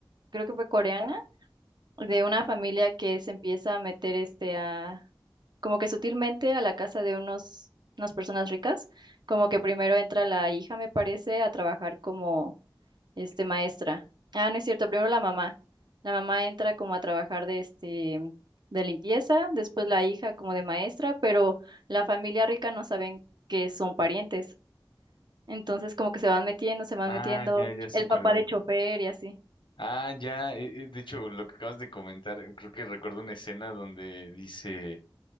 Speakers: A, on the right; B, on the left.
A: creo que fue coreana, de una familia que se empieza a meter este a, como que sutilmente a la casa de unos, unas personas ricas, como que primero entra la hija, me parece, a trabajar como este maestra. Ah, no es cierto, primero la mamá. La mamá entra como a trabajar de este de limpieza, después la hija como de maestra, pero la familia rica no saben que son parientes. Entonces como que se van metiendo, se van
B: Ah,
A: metiendo,
B: ya, ya sé
A: el
B: cuál
A: papá
B: es.
A: de chofer y así.
B: Ah, ya, eh, eh, de hecho, lo que acabas de comentar, eh, creo que recuerdo una escena donde dice